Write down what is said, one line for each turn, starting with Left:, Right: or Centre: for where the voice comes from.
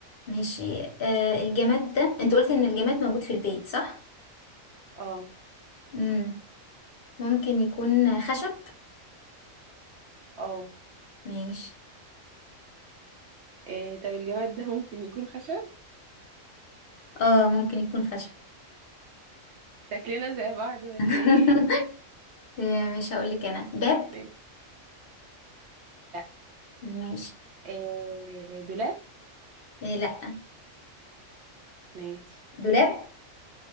Left: ماشي آه الجماد ده انت قلت ان الجماد موجود في البيت صح؟
Right: اه
Left: مم. ممكن يكون خشب
Right: اه
Left: ماشي
Right: آه، طب الجماد ده ممكن يكون خشب
Left: اه ممكن يكون خشب
Right: شكلنا زي بعض ولا
Left: <laughs>
Right: ايه
Left: مش هقول لك انا باب
Right: <laughs> ماشي. لا
Left: ماشي
Right: آه دولاب
Left: إيه لا
Right: ماشي
Left: دولاب